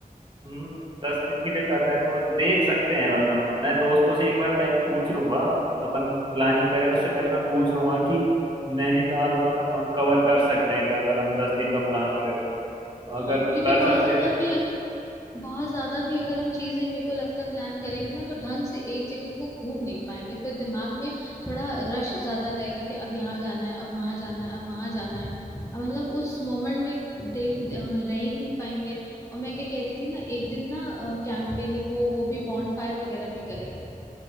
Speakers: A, on the right; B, on the left.
A: हम्म दस दिन के लिए कर रहे हैं तो देख सकते हैं मतलब मैं दोस्तों से एक बार पहले पूछ लूंगा अपन प्लानिंग करें उससे पहले मैं पूछ लूंगा कि नैनीताल मतलब हम कवर कर सकते हैं क्या अगर हम दस दिन का प्लान करें तो अगर
B: हाँ क्योंकि
A: कर
B: बहुत
A: सकते
B: ज्यादा
A: हैं तो फिर
B: भी अगर हम बहुत ज्यादा भी अगर हम चीजें मेरे को लगता है प्लान करेंगे ना तो ढंग से एक जगह को घूम नहीं पाएंगे फिर दिमाग में थोड़ा रश ज्यादा रहेगा कि अब यहाँ जाना है अब वहां जाना है अब वहां जाना है अब मतलब उस मोमेंट में देख हम रह ही नहीं पाएंगे और मैं क्या कह रही थी ना एक दिन ना कैंपेनिंग वो वो भी बॉनफायर वगैरह भी करेंगे